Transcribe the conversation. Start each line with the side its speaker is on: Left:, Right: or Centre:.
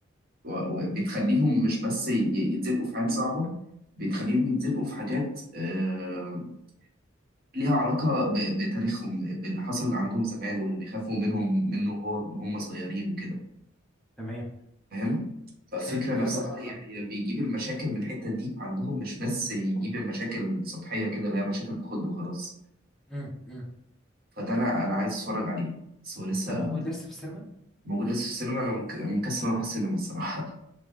Right: و- وبتخليهم مش بس ي- يتزنقوا في حاجات صعبة بتخليهم يتزنقوا في حاجات آه، ليها علاقة ب- بتاريخهم باللي حصل عندهم زمان واللي بيخافوا منهم منه هو هم صغيرين وكده
Centre: تمام
Right: فاهم فالفكرة
Centre: امم فاهم
Right: نفسها
Centre: قصدك
Right: هي
Centre: اه
Right: هي بيجيب المشاكل من الحتة دي عندهم مش بس يجيب المشاكل سطحية كده اللي هي مشاكل تخد وخلاص
Centre: امم امم
Right: فده أنا أنا عايز أتفرج عليه بس هو لسه
Centre: ده موجود لسه في السينما
Right: موجود لسه في السينما أنا مك- مكسر أروح السينما الصراحة